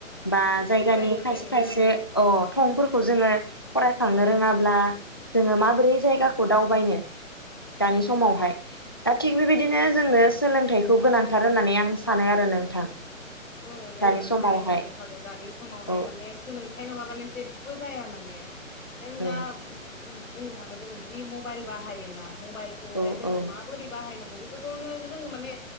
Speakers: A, on the left (about 20°); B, on the left (about 70°).
A: बा
B: बेफोरखौ
A: जायगानि
B: फरायनो रोंनाय
A: खायसे
B: नङा
A: खायसे अ थंफोर खौ जोङो फरायखांनो रोङाब्ला जोङो माबोरै जायगाखौ दावबायनो दानि समावहाय दा थिग बेबायदिनो जोंनो सोलोंथाइखौ गोनांथार होननानै आं सानो आरो नोंथां।
B: औ बेथ'थ'
A: दानि समावहाय
B: थारैनो नोंखागौ दानि समावहाय
A: औ
B: माने सोलोंथाइ नङाबानो जेबो जाया माने। नों दा
A: औ
B: उम उम बुंनो थाङो जों जि मबाइल बाहायोना? मबाइलखौहाय
A: औ
B: जोङो
A: औ
B: माबोरै बाहायनांगौ बे फोरखौनो जोङो माने